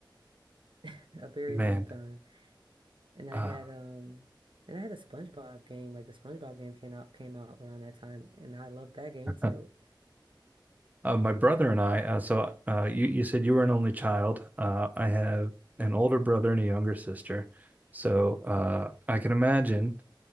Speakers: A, on the right; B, on the right.
A: <laughs> A very
B: Man.
A: long time. And I
B: Uh
A: had um and I had a SpongeBob game. Like the SpongeBob game came out came out around that time and I loved that game
B: <laughs>
A: too.
B: Uh, my brother and I, uh, so uh, you, you said you were an only child. Uh, I have an older brother and a younger sister. So uh, I can imagine,